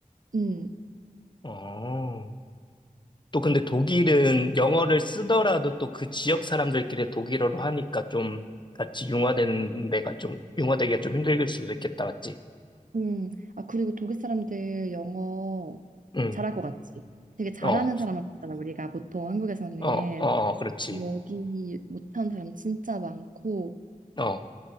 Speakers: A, on the right (about 65°); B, on the left (about 35°).
A: 음,
B: 어. 또 근데 독일은 영어를 쓰더라도 또 그 지역 사람들끼리 독일어로 하니까 좀 같이 융화되는 데가 좀, 융화되기가 좀 힘들 수도 있겠다, 맞지?
A: 음. 아 그리고 독일 사람들 영어
B: 응,
A: 잘할 것 같지? 되게 잘하는
B: 어,
A: 사람만 잖아 우리가 보통 한국에서는
B: 어, 어, 어, 그렇지.
A: 여기 못하는 사람 진짜 많고,
B: 어,